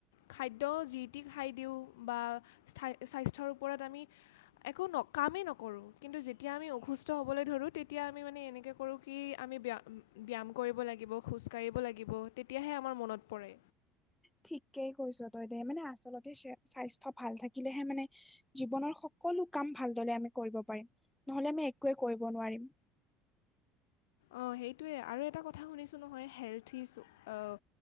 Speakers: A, on the left; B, in the centre.
A: খাদ্য যি টি খাই দিওঁ বা স্থাই স্বাস্থ্যৰ ওপৰত আমি। একো ন কামেই নকৰোঁ! কিন্তু যেতিয়া আমি অসুস্থ হ'বলৈ ধৰোঁ তেতিয়া আমি মানে এনেকৈ কৰোঁ কি আমি বেযা, ব্যায়াম কৰিব লাগিব খোজকাাঢ়িব লাগিব তেতিয়াহে আমাৰ মনত পৰে!
B: ঠিকেই কৈছ তই দে মানে আচলতে স্বাস্থ্য ভাল থাকিলেহে মানে। জীৱনৰ সকলো কাম ভালদৰে আমি কৰিব পাৰিম নহলে আমি একোৱে কৰিব নোৱাৰিম।
A: অঁ সেইটোৱে আৰু এটা কথা শুনিছোঁ নহয় হেল্থ ইজ অঁ,